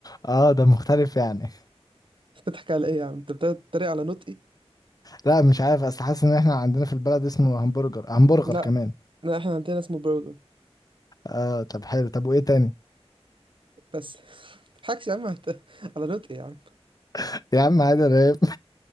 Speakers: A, on the left; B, on the right.
A: اه ده مختلف يعني
B: <laughs> بتضحك على ايه يا عم انت بتتريق على نطقي
A: لا مش عارف اصل حاسس ان احنا عندنا في البلد اسمه همبرجر همبرجر
B: لا
A: كمان
B: لا احنا عندنا اسمه برجر
A: اه طب حلو طب وايه تاني
B: بس <laughs> متضحكش يا عم <laughs> انت على نطقي يا عم
A: <laughs> يا عم عادي رهيب